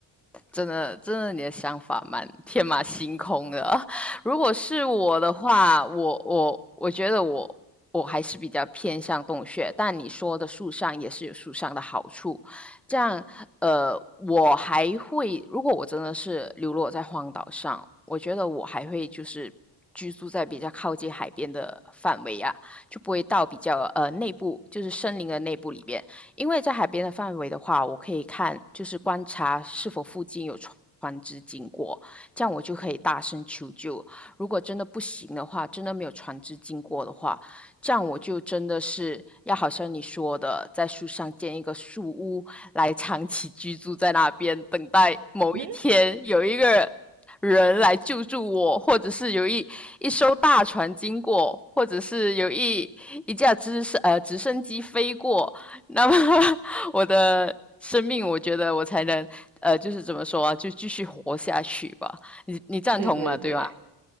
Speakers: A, in the centre; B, on the right (about 85°).
A: 真的，真的，你的想法蛮天马行空的。<laughs> 如果是我的话，我我我觉得我我还是比较偏向洞穴，但你说的树上也是有树上的好处。这样，呃，我还会，如果我真的是流落在荒岛上，我觉得我还会就是居住在比较靠近海边的范围啊，就不会到比较呃内部，就是森林的内部里边。因为在海边的范围的话，我可以看，就是观察是否附近有船船只经过，这样我就可以大声求救。如果真的不行的话，真的没有船只经过的话，这样我就真的是要好像你说的，在树上建一个树屋来长期居住在那边，等待某一天有一个人来救助我，
B: 嗯，
A: 或者是有一一艘大船经过，或者是有一一架直升呃直升机飞过，<laughs> 那么我的生命，我觉得我才能呃，就是怎么说啊，就继续活下去吧。你你赞同吗？
B: 对对对，
A: 对吧？